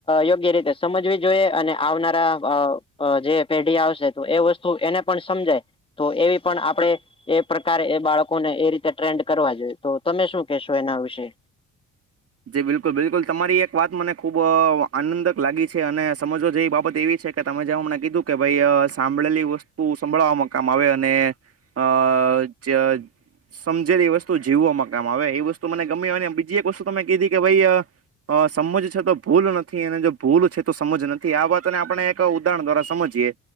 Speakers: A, on the left (about 15°); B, on the right (about 50°).
A: યોગ્ય રીતે સમજવી જોઈએ અને આવનારા અ જે પેઢી આવશે તો એ વસ્તુ એને પણ સમજાય, તો એવી પણ આપણે એ પ્રકારે એ બાળકોને એ રીતે ટ્રેન્ડ કરવા જોઈએ તો તમે શું કેશો એના વિશે?
B: જી બિલકુલ બિલકુલ તમારી એક વાત મને ખૂબ આનંદક લાગી છે અને સમજવાો જેવી બાબત એવી છે. તમે જે હમને કીધું કે ભાઈ સાંભળેલી વસ્તુ સંભળવાવામાં કામ આવે અને અ જે સમજેલી એ વસ્તુ જીવો મકામ હવે એ વસ્તુ મને ગમી હોય બીજી એક વસ્તુ તમે કીધી કે ભાઈ અ સમજ છે તો ભૂલ નથી અને જો ભૂલ છે તો સમજ નથી આ વાતને આપણે એક ઉદાહરણ દ્વારા સમજીએ.